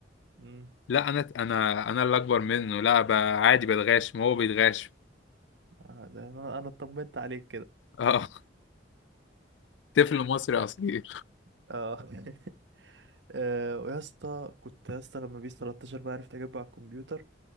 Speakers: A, on the right (about 70°); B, on the left (about 80°).
A: مم.
B: لا انا انا انا اللي اكبر منه لا بقى عادي بتغاش ما هو بيتغاش
A: آه ده انا انا اطمنت عليك كده
B: اه <laughs> طفل مصري اصيل
A: اه آه. <laughs> آه، ويا اسطى كنت يا اسطى لما بيس 13 بقى عرفت اجيبه على الكمبيوتر